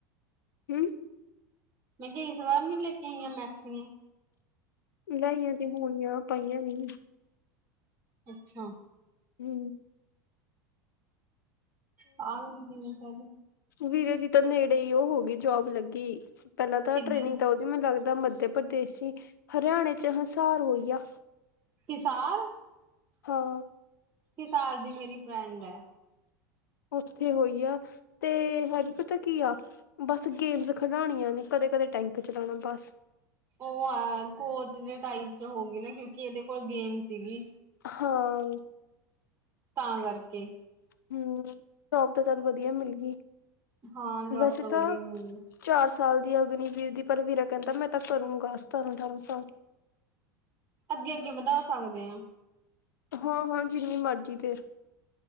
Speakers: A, on the left; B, on the right.
A: ਹੂੰ।
B: ਮੈਂ ਕਿਆ ਇਸ ਵਾਰ ਨੀ ਲੈ ਕੇ ਆਈ ਆਂ ਮੈਕਸੀਆਂ
A: ਲਾਈਆਂ ਤੇ ਹੋਣੀਆਂ, ਪਾਈਆਂ ਨੀ
B: ਅੱਛਾ
A: ਹੱਮ
B: ਪਾ ਲੂੰਗੀ ਕਦੇ
A: ਵੀਰੇ ਦੀ ਤਾਂ ਨੇੜੇ ਈ ਔ ਹੋ ਗਈ ਜੋਬ ਲੱਗੀ ਪੈਲਾਂ ਤਾਂ
B: ਕਿੱਧਰ
A: ਟ੍ਰੇਨਿੰਗ ਤਾਂ ਔਦੀ ਮੈਨੂੰ ਲੱਗਦਾ ਉ ਪ੍ਰਦੇਸ਼ ਚ ਹੀ ਹਰਿਆਣੇ ਚ ਹਿਸਾਰ ਹੋਈ ਆ।
B: ਹਿਸਾਰ
A: ਹਾਂ
B: ਹਿਸਾਰ ਦੀ ਮੇਰੀ ਫਰੈਂਡ ਹੈ।
A: ਔਥੇ ਹੋਈ ਆ ਤੇ ਵਾ ਵੀ ਪਤਾ ਕੀ ਆ ਬਸ ਗੇਮਸ ਖਡਾਣੀਆਂ ਨੇ ਕ ਤੇ ਕਦੇ ਟਾਈਮ ਪੇ ਚਲਾਣਾ ਬਸ।
B: ਔ ਆ ਕੋਚ ਦੇ ਟਾਈਪ ਚ ਹੋਂਗੇ ਨਾ ਕਿਉਂਕਿ ਇਹਦੇ ਕੋਲ ਗੇਮ ਸੀਗੀ।
A: ਹਾਂ
B: ਤਾਂ ਕਰਕੇ
A: ਹੂੰ, ਜੋਬ ਤਾਂ ਚੱਲ ਵਧੀਆ ਮਿਲ ਗੀ।
B: ਹਾਂ ਜੋਬ
A: ਵੈਸੇ
B: ਵਧੀਆ
A: ਤਾਂ
B: ਮਿਲ ਗਈ
A: ਚਾਰ ਸੌ ਸਾਲ ਦੀ ਅਗਨੀਵਰ ਦੀ ਪਰ ਵੀਰਾ ਕਹਿੰਦਾ ਮੈਂ ਤਾਂ ਕਰੂੰਗਾ ਸਤਾਰਾਂ ਅਠਾਰਾਂ ਸਾਲ
B: ਅੱਗੇ-ਅੱਗੇ ਵਧਾ ਸਕਦੇ ਆਂ
A: ਹਾਂ-ਹਾਂ ਜਿੰਨੀ ਮਰਜੀ ਤੇ